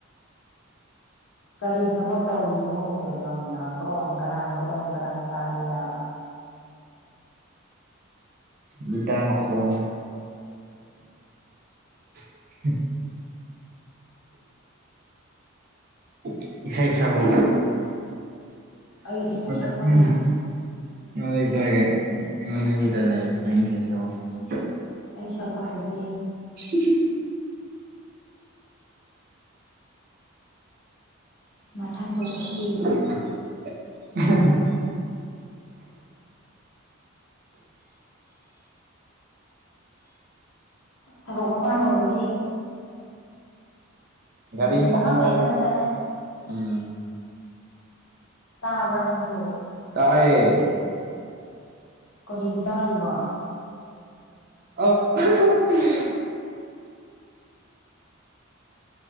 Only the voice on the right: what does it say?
ꯒꯤꯇꯥꯔ ꯃ ꯈꯣꯟꯅꯤ <unintelligible> <unintelligible> ꯏꯁꯩꯁꯛꯑꯣ
<unintelligible>
ꯑꯩꯉꯣꯟꯗꯒꯤꯇꯥꯔꯒ ꯑꯩꯉꯣꯟꯗꯒꯤꯇ ꯂꯩ ꯑꯅꯤ ꯁꯩꯁꯛ <unintelligible>
<unintelligible>
<unintelligible>
ꯒꯥꯗꯤ
ꯃꯈꯣꯟꯗꯤ
ꯎꯝ
ꯇꯥꯏꯌꯦ
<unintelligible>